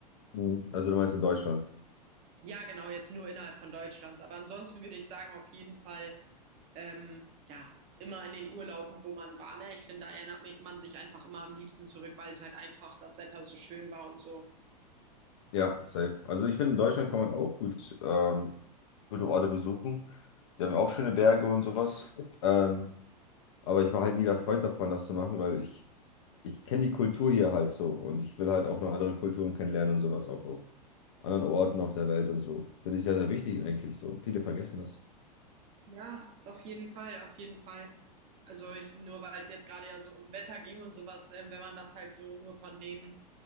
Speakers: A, on the left; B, on the right.
A: Mhm. Also du meinst in Deutschland?
B: Ja, genau, jetzt nur innerhalb von Deutschland. Aber ansonsten würde ich sagen, auf jeden Fall, ähm, ja, immer in den Urlauben, wo man war, ne? Ich finde, da erinnert mich- man sich einfach immer am liebsten zurück, weil es halt einfach das Wetter so schön war und so.
A: Ja, safe. Also ich finde, in Deutschland kann man auch gut ähm, gute Orte besuchen. Wir haben ja auch schöne Berge und sowas. Ähm, aber ich war halt nie der Freund davon, das zu machen, weil ich, ich kenne die Kultur hier halt so und ich will halt auch noch andere Kulturen kennenlernen und sowas auch auf anderen Orten auf der Welt und so. Finde ich sehr, sehr wichtig eigentlich so. Viele vergessen das.
B: Ja, auf jeden Fall, auf jeden Fall. Also ich, nur weil es jetzt gerade ja so um Wetter ging und sowas, ähm, wenn man das halt so nur von dem